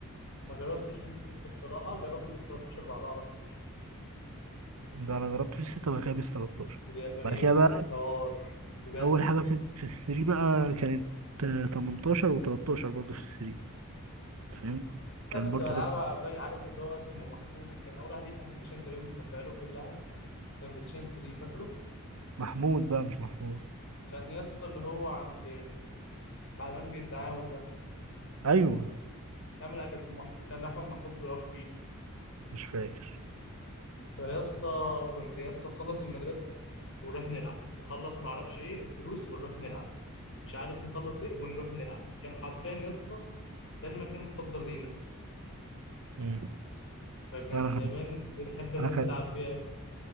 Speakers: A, on the left (about 60°); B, on the right (about 70°).
A: ما جربتش بيس 6 بصراحه جربت بيس 13 بعدها على طول
B: ده انا جربت بيس 6 وبعد كده بيس 13
A: اليابانيه
B: بعد
A: دي
B: كده
A: كانت
B: بقى
A: حوار بجد
B: اول حاجه في, في السري بقى كانت آه، 18 و13 برضه في السري فاهم
A: انا
B: كان
A: كنت
B: برضه
A: بلعبها فاكر عارف اللي هو اسمه محفوظ كان اول واحد يفتح بلاي ستيشن تقريبا في كفرياله كلها كان بلاي ستيشن 3 فاكره
B: محمود بقى مش محمود
A: كان يا اسطى اللي هو عند بعد مسجد التعاون ده
B: ايوه
A: يعمل اكل اسمه محفوظ كان احمد محفوظ بيقف فيه
B: مش فاكر
A: فيا اسطى كنت يا اسطى نخلص المدرسه ونروح نلعب نخلص ما اعرفش ايه الدروس ونروح نلعب مش عارف نخلص ايه ونروح نلعب كان حرفيا يا اسطى ده المكان المفضل لينا
B: امم
A: فكان
B: انا
A: زمان
B: كان
A: بنحب نروح
B: انا كان
A: نلعب فيه أوي.